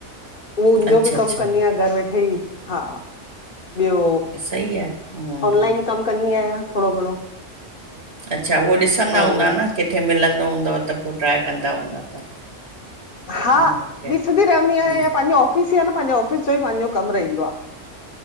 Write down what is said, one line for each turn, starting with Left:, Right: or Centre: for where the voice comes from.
Left: उहो उनजो
Right: अच्छा,
Left: बि
Right: अच्छा,
Left: कम कंदियां घर वेठे <unintelligible> हा ॿियो
Right: सही आहे, हम्म।
Left: ऑनलाइन कम कंदी आहियां। थोड़ो घणो
Right: अच्छा उहो ॾिसंदा
Left: और
Right: हूंदा न किथे मिलंदो हूंदव त पोइ ट्राए कंदा हूंदा त।
Left: हा
Right: न केक
Left: ॾिसदी रहंदी
Right: हम्म
Left: आहियां पंहिंजो ऑफिस ई आ न पंहिजो। ओफिस जो ई पंहिंजो कम रहिंदो आ।